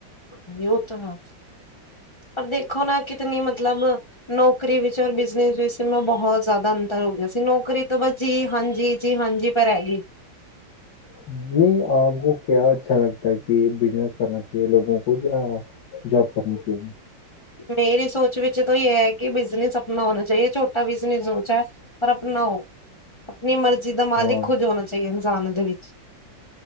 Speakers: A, on the left; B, on the left.
A: ਹਾਂਜੀ ਵੋ ਤੋ ਹੈ ਪਰ ਦੇਖੋ ਨਾ ਕਿਤਨੀ ਮਤਲਬ ਨੌਕਰੀ ਵਿੱਚ ਔਰ ਬਿਜਨਸ ਵਿੱਚ ਏਸਮ ਬਹੁਤ ਜ਼ਿਆਦਾ ਅੰਤਰ ਹੋ ਗਿਆ ਸੀ ਨੌਕਰੀ ਤੋਂ ਬਸ ਜੀ ਹਾਂਜੀ, ਜੀ ਹਾਂਜੀ ਪਰ ਹੈਗੀ।
B: ਨਹੀਂ ਆਪ ਕੋ ਕਿਆ ਅੱਛਾ ਲਗਦਾ ਹੈ ਕਿ ਬਿਜਨਸ ਕਰਨਾ ਚਾਹੀਏ ਲੋਗੋ ਕੋ ਜਾਂ ਜੋਬ ਕਰਨੀ ਚਾਹੀਏ?
A: ਮੇਰੀ ਸੋਚ ਵਿੱਚ ਤੋ ਯੇ ਹੈ ਕਿ ਬਿਜਨਸ ਆਪਨਾ ਹੋਨਾ ਚਾਹੀਏ ਛੋਟਾ ਬਿਜਨਸ ਹੋ ਚਾਹੇ ਪਰ ਅਪਨਾ ਹੋ। ਅਪਨੀ ਮਰਜ਼ੀ ਦਾ ਮਾਲਿਕ
B: ਹਾਂ
A: ਖ਼ੁਦ ਹੋਣਾ ਚਾਹੀਏ ਇਨਸਾਨ ਦੇ ਵਿੱਚ।